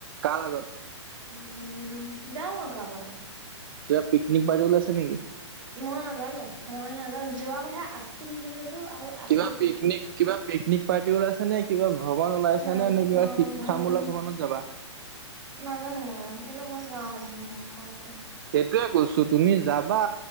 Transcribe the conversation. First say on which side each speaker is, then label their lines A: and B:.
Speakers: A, on the right (about 45°); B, on the right (about 80°).
A: কাৰ লগত
B: উম যাম আৰু কাৰোবাৰ লগত
A: কিবা পিকনিক পাৰতি উলাইছে নেকি
B: মই নাজানো মই নাজাও যোৱা কথা আছিল বুলি কৈছো আৰু আছে
A: কিবা
B: বুলি
A: পিকনিক
B: কৈছো
A: কিবা পিকনিক পাৰ্টি ওলাইছে নে কিবা ভগৱন ওলাইছে
B: ন
A: নে নে কিবাৰ শিক্ষামূলক
B: ভ্ৰমণ
A: ভ্ৰৱনত যাবা
B: নাজানো মই কিন্তু মই যাম অংসা আছে
A: সেইটোয়ে কৈছো তুমি যাবা